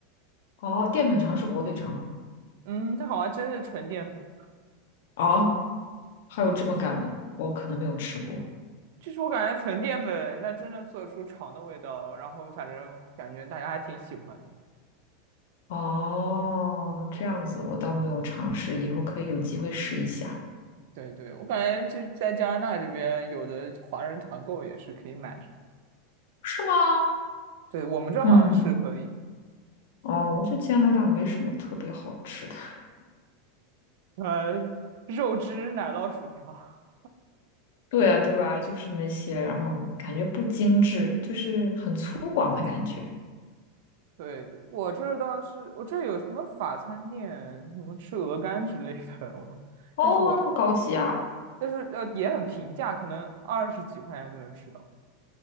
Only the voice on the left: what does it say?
哦，淀粉肠是火腿肠吗？
啊，还有这么干的，
我可能没有吃过。
哦，这样子我倒没有尝试，以后可以有机会试一下。
是吗？
嗯，哦，我觉得加拿大没什么特别好吃的，<laughs>
对啊，对啊，就是那些，然后感觉不精致，就是很粗犷的感觉。
哦，
那么高级啊，